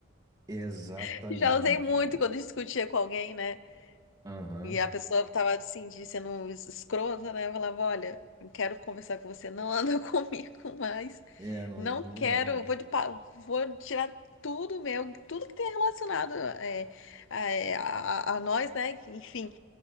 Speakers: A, on the right; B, on the left.
A: Exatamente,
B: <laughs> Já usei muito
A: cara.
B: quando discutia com alguém, né?
A: Aham.
B: E a pessoa tava assim, de sendo es- escrota, né? Eu falava, olha, não quero conversar com você, não anda <laughs> comigo mais.
A: É, não
B: Não
A: anda comigo
B: quero,
A: mais.
B: vou, de pa- vou tirar tudo meu, tudo que tem relacionado é, é, a, a a nós, né? Enfim.